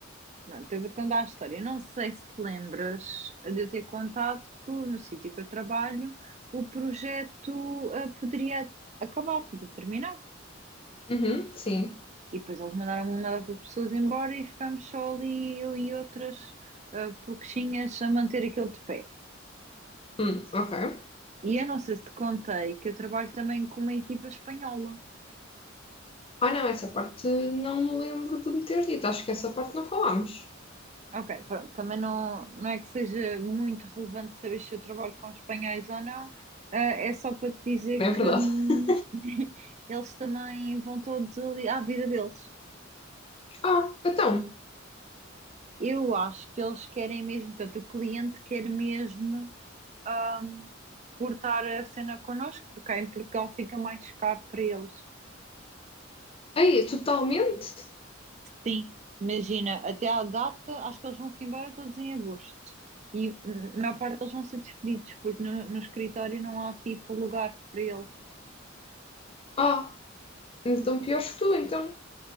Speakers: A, on the right; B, on the left.
A: Não, então eu vou-te contar a história. Eu não sei se te lembras de eu ter contado que no sítio que eu trabalho o projeto ah, poderia acabar, podia terminar.
B: Uhum, sim.
A: E depois eles mandaram uma data de pessoas embora e ficámos só ali, eu e outras ah, pouquinhas a manter aquilo de pé.
B: Hum, ok.
A: E eu não sei se te contei que eu trabalho também com uma equipa espanhola.
B: Ah, não, essa parte não me lembro de me teres dito. Acho que essa parte não falámos.
A: Ok, pronto, também não, não é que seja muito relevante saber se eu trabalho com espanhóis ou não, eh, é só para te dizer
B: Não é verdade?
A: que hum,
B: <laughs>
A: <laughs> eles também vão todos ali à vida deles.
B: Ah, então.
A: Eu acho que eles querem mesmo, portanto, o cliente quer mesmo hum, cortar a cena connosco, porque cá em Portugal fica mais caro para eles.
B: Aí, totalmente?
A: Sim, imagina, até à data, acho que eles vão-se embora todos em agosto. E hum, a maior parte eles vão ser despedidos, porque no, no escritório não há tipo lugar para eles.
B: Ah, então piores que tu, então.